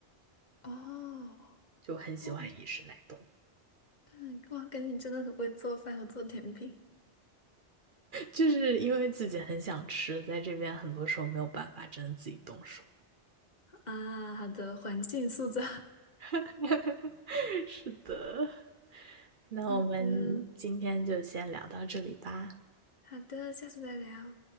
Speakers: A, on the left; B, on the right.
A: <laughs> 哦，
B: 就很喜欢意式奶冻。
A: 哦，对，哇，感觉你真的很会做饭和做甜品
B: 就是因为自己很想吃，在这边很多时候没有办法真的自己动手。
A: 啊！好的，环境塑造，
B: <laughs> 是的，那我们今天就先聊到这里吧。
A: <laughs> 好的。好的，下次再聊。